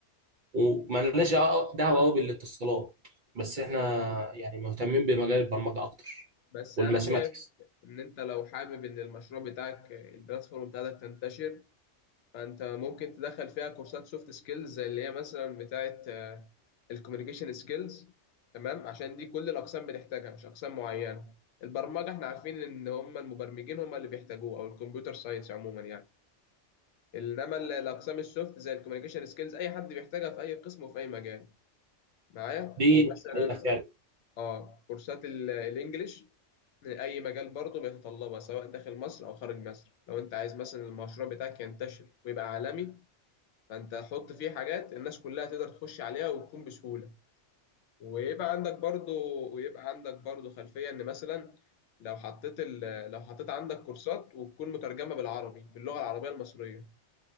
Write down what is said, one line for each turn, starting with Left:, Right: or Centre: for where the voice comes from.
Right: وما لناش دعوه قوي بالاتصالات بس
Left: تمام
Right: احنا يعني مهتمين بمجال البرمجه اكتر
Left: بس
Right: والماثيماتكس
Left: انا شايف ان انت لو حابب ان المشروع بتاعك البلاتفورم بتاعتك تنتشر فانت ممكن تدخل فيها كورسات سوفت سكيلز زي اللي هي مثلا بتاعه الكوميونيكيشن سكيلز تمام عشان دي كل الاقسام بتحتاجها مش اقسام معينه البرمجه احنا عارفين ان هم المبرمجين هم اللي بيحتاجوه او الكمبيوتر ساينس عموما يعني انما ال- الاقسام السوفت زي الكوميونيكيشن سكيلز اي حد بيحتاجها في اي قسم وفي اي مجال معايا
Right: دي
Left: ومثلا
Right: حقيقه فعلا
Left: اه كورسات ال- الانجليش اي مجال برضه بيتطلبها سواء داخل مصر او خارج مصر لو انت عايز مثلا المشروع بتاعك ينتشر ويبقى عالمي فانت حط فيه حاجات الناس كلها تقدر تخش عليها وتكون بسهولة ويبقى عندك برضو ويبقى عندك برضو خلفية ان مثلا لو حطيت ال... لو حطيت عندك كورسات وتكون مترجمة بالعربي باللغة العربية المصرية